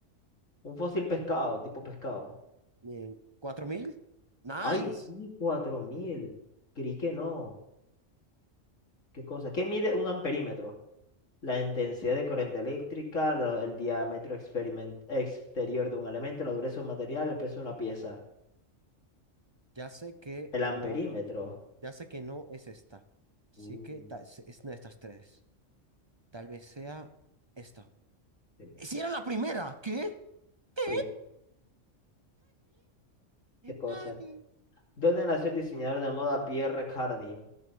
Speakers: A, on the left; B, on the right.
A: Un fósil pescado, tipo pescado.
B: bien. ¿Cuatro mil? Nice.
A: Ay, sí, 4000. Creí que no. ¿Qué cosa? ¿Qué mide un amperímetro? la intensidad de corriente eléctrica, la- el diámetro experimen- exterior de un elemento, la dureza de un material, el peso de una pieza,
B: Ya sé que
A: el amperímetro.
B: no, ya sé que no es esta. Sí
A: Uh,
B: que ta- es es una de estas tres. Tal vez sea esta.
A: sí.
B: ¡Si era la primera! ¿Qué? ¿Qué?
A: Sí, qué cosa.
B: Nadie.
A: ¿Dónde nació el diseñador de moda Pierre Cardin?